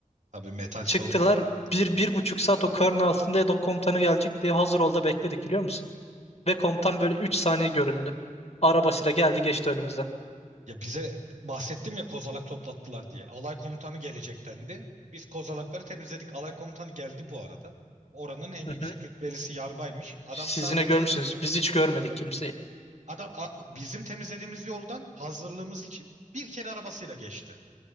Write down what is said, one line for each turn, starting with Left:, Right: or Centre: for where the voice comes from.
Right: Tabii metal soğuk.
Left: Çıktılar bir, bir buçuk saat o karın altında Edo komutanı gelecek diye hazır ol da bekledik biliyor musun? Ve komutan böyle 3 saniye göründü. Arabasıyla geldi geçti önümüzden.
Right: Ya bize bahsettim ya kozalak toplattılar diye. Alay komutanı gelecek dendi. Biz kozalakları temizledik. Alay komutanı geldi bu arada. Oranın en yüksek
Left: Hı hı.
Right: rütbelisi yarbaymış. Adam
Left: Siz
Right: sadece
Left: yine görmüşsünüz. Biz hiç görmedik kimseyi.
Right: adam a- bizim temizlediğimiz yoldan hazırlığımız için bir kere arabasıyla geçti.